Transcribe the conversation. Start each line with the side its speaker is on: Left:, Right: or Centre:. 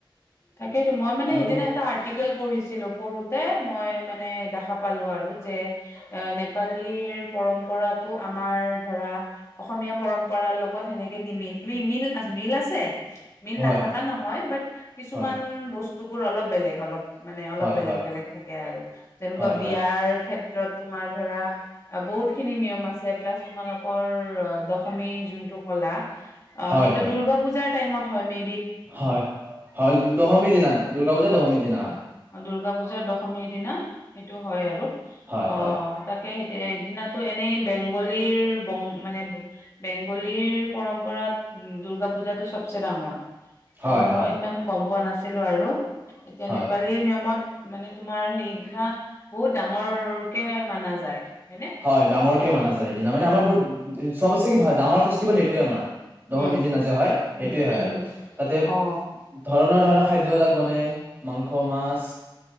Left: তাকেইেতো মই মানে
Right: আৰু
Left: সদিনা এটা আৰ্টিকেল পঢ়িছিলো পঢ়োতে মই মানে দেখা পালো আৰু যে এ নেপালীৰ পৰম্পৰাটো আমাৰ ধৰা অসমীয়া পৰম্পৰাৰ লগত সেনেকে নিমিল নিমিল আজ মিল আছে মিল
Right: হয়,
Left: নাথকা নহয় বাট কিছুমান
Right: হয়,
Left: বস্তুবোৰ অলপ বেলেগ অলপ মানে অলপ
Right: হয়,
Left: বেলেগ
Right: হয়,
Left: বেলেগ থাকে আৰু যেনেকুৱা
Right: হয়,
Left: বিয়াৰ
Right: হয়,
Left: ক্ষেত্ৰ তোমাৰ ধৰা বহুতখিনি নিয়ম আছে প্লাছ তোমালোকৰ দশমী যোনটো কলা অ'
Right: হয়,
Left: সেই
Right: হয়,
Left: দূৰ্গা পূজা টাইমত তমি
Right: হয় হয় দহমি দিনা। গ যে দহমী দিনত।
Left: দুৰ্গা পূজাৰ দশমীৰ দিনা সেইটো হয় আৰু
Right: হয়,
Left: অ'
Right: হয়,
Left: তাকে স এদিনাতো এনে বেংগলীৰ মানে বেংগলীৰ পৰম্পৰাত উ দূৰ্গা পূজাতটো চবচে ডাঙৰ ত'
Right: হয়,
Left: মই
Right: হয়।
Left: ইমান গম পোৱা নাছিলো আৰু এতিয়ানে
Right: হয়,
Left: নিয়মত মানে তোমাৰ সেইদিনা বহুত ডাঙৰ কে মানা যায়। হয়নে
Right: হয় ডাঙৰকে মানা যায় সেইদিনা মানে
Left: উম
Right: আমাৰ বোৰ চবেচ কি ভাল ডাঙৰ ফেষ্টিভ এইেটোৱেই আমাৰ। দশমী
Left: হম
Right: দিন আজি হয় সেইটোয়ে
Left: হম
Right: হয় আৰু
Left: হম
Right: তাতে
Left: অ
Right: ধৰণৰ ধৰণৰ খাদ্য বিলাক বনে মাংস মাছ